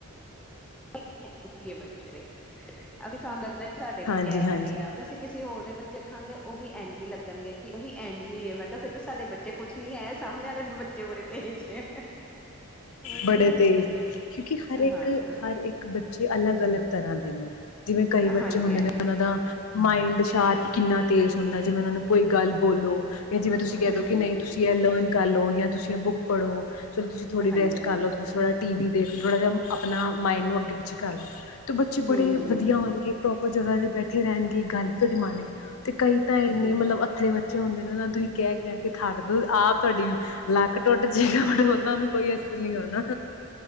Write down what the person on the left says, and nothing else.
ਹਾਂਜੀ-ਹਾਂਜੀ
ਬੜੇ
ਤੇਜ਼ ਨੇਂ, ਕਿਉਂਕਿ ਹਰ ਇੱਕ-ਹਰ
ਇੱਕ ਬੱਚੇ ਜੀ ਅਲੱਗ-ਅਲੱਗ ਤਰ੍ਹਾਂ ਦੇ ਨੇਂ, ਜਿਵੇਂ ਕਈ ਬੱਚੇ
ਹੁੰਦੇ
ਨੇਂ ਉਹਨਾਂ ਦਾ ਮਾਇੰਡ ਸ਼ਾਰਪ ਕਿੰਨਾ ਤੇਜ਼ ਹੁੰਦਾ, ਜਿਵੇਂ ਉਹਨਾਂ ਨੂੰ ਕੋਈ ਗੱਲ ਬੋਲੋ ਜਾਂ ਜਿਵੇਂ ਤੁਸੀਂ ਕਹਿ
ਦੋ ਕਿ
ਨਹੀਂ ਤੁਸੀਂ ਜਾਂ ਲਰਨ ਕਰਲੋ, ਜਾਂ ਤੁਸੀਂ ਬੁੱਕ ਪੜੋ, ਚਲੋ ਤੁਸੀਂ ਥੋੜੀ
ਰੈਸਟ
ਕਰ ਲੋੋ, ਤੁਸੀਂ ਥੋੜਾ ਟੀ ਵੀ ਦੇਖ ਲੋ, ਥੋੜਾ ਜਿਹਾ ਆਪਣਾ ਮਾਇੰਡ ਨੂੰ ਅੱਗੇ ਪਿੱਛੇ ਕਰ ਲੋ, ਤੇ ਬੱਚੇ
ਬੜੇ
ਵਧੀਆ ਹੋਣਗੇ। ਪ੍ਰੋਪਰ ਜਗ੍ਹਾ ਤੇ ਬੈਠੇ ਰਹਿਣਗੇ, ਗੱਲ ਵੀ ਤੁਹਾਡੀ ਮੰਨ, ਤੇ ਕਈ ਤਾਂ ਇੰਨੇ
ਮਤਲਬ ਤੇ ਬੱਚੇ ਹੁੰਦੇ ਨੇ, ਉਹ ਨੂੰ ਤੁਸੀਂ ਕਹਿ-ਕਹਿ ਕੇ ਥਕ ਦੋ, ਆਪ ਤੁਹਾਡੀ ਲੱਕ ਟੁੱਟ ਜੇ ਗਾ, ਬਟ ਉਹਨਾਂ ਨੂੰ ਕੋਈ ਅਸਰ ਨੀਂ ਹੋਣਾ।